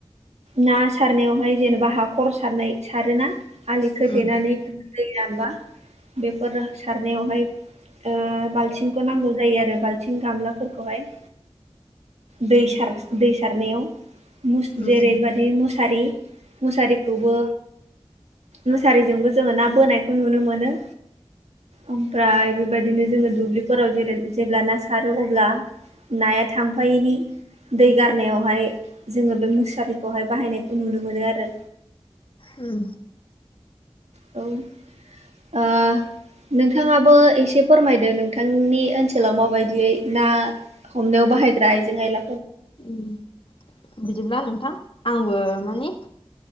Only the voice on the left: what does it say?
उम
उम
उम
उम बिदिब्ला नोंथां आंबो माने